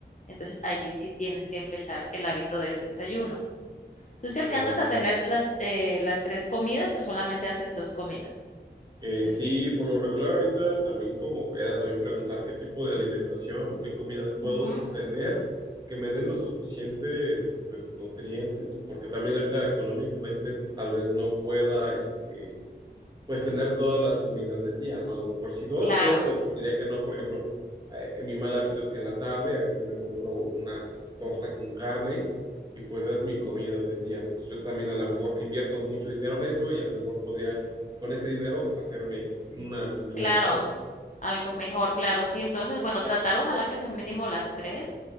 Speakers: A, on the left (about 40°); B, on the right (about 25°).
A: Entonces allí sí tienes que empezar el hábito del desayuno. ¿Tú si sí alcanzas
B: Ah,
A: a tener las, eh, las tres comidas o solamente haces dos comidas
B: eh,
A: del
B: sí,
A: día?
B: por lo regular ahorita también como era también preguntar qué tipo de alimentación o qué comidas puedo
A: Ujú,
B: tener que me den los suficientes pues, nutrientes, porque también ahorita económicamente tal vez no pueda este, pues tener todas las comidas del día, ¿no? A lo mejor sí dos,
A: Claro.
B: pero me gustaría que no, por ejemplo, eh, mi mal hábito es que en la tarde aquí me compro una como torta con carne y pues esa es mi comida del día, ¿no? Entonces yo también a lo mejor invierto mucho dinero en eso y a lo mejor podría con ese dinero hacerme una comida
A: Claro,
B: mejor,
A: algo mejor, claro, sí. Entonces, bueno, tratar ojalá que sean mínimo las 3,